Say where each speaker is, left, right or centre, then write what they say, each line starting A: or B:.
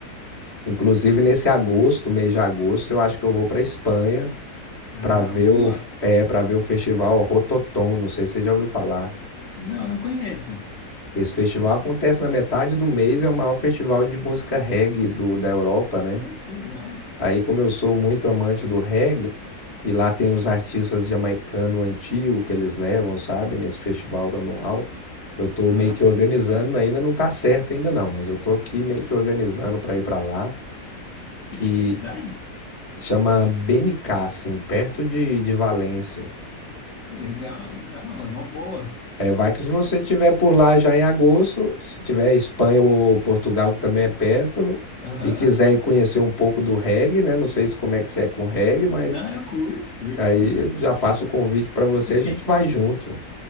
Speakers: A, on the left; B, on the left.
A: Inclusive
B: E-
A: nesse agosto, mês de agosto, eu acho que eu vou para a Espanha
B: ah,
A: para ver
B: boa.
A: o é, para ver o festival Rototom, não sei se você já ouviu falar.
B: Não, não conheço.
A: Esse festival acontece na metade do mês, é o maior festival de música reggae do, da Europa, né?
B: Oh, que legal.
A: Aí, como eu sou muito amante do reggae, e lá tem os artistas jamaicanos antigos que eles levam, sabe, nesse festival anual, eu tô
B: Aham.
A: meio que organizando, ainda não tá certo ainda não, mas eu tô aqui meio que organizando para ir para lá,
B: Fica
A: que
B: em que cidade?
A: Chama Benicassim, perto de, de Valência.
B: Oh, legal, legal. É uma boa.
A: É, vai que se você tiver por lá já em agosto, se tiver Espanha ou Portugal, que também é perto,
B: Aham.
A: e quiser ir conhecer um pouco do reggae, né? Não sei se como é que você é com reggae, mas
B: Não, eu curto, curto,
A: aí
B: pô.
A: eu já faço o convite para você,
B: <laughs>
A: a gente vai junto.